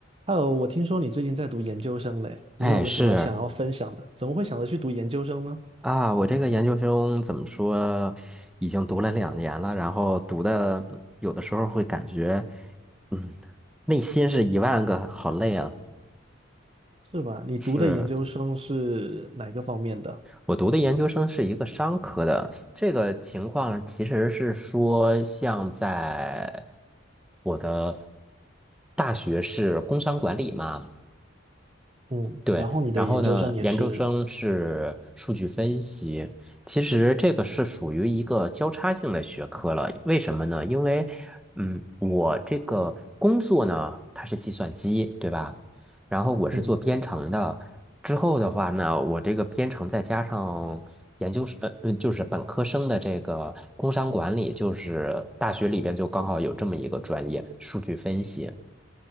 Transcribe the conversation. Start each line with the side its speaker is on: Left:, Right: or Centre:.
Right: Hello，我听说你最近在读研究生嘞，你有没有什么想要分享的？
Centre: 哎，是
Right: 怎么会想着去读研究生呢？
Centre: 啊，我这个研究生怎么说，已经读了两年了，然后读的有的时候会感觉，嗯，内心是一万个好累啊。
Right: 是吧？你读的研究生是哪个方面的？
Centre: 是我读的研究生是一个商科的，这个情况其实是说，像在我的大学是工商管理嘛。
Right: 嗯，
Centre: 对，
Right: 然后你的研究生也是，
Centre: 然后呢，研究生是数据分析，其实这个是属于一个交叉性的学科了。为什么呢？因为，嗯，我这个工作呢，它是计算机，对吧？然后我是做编程的，
Right: 嗯，
Centre: 之后的话呢，我这个编程再加上研究生，呃，呃就是本科生的这个工商管理，就是大学里边就刚好有这么一个专业，数据分析。